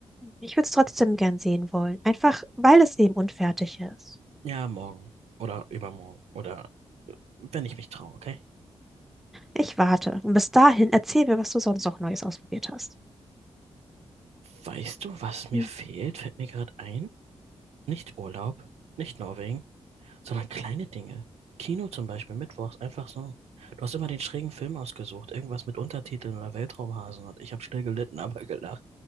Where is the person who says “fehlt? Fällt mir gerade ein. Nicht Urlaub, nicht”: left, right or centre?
Right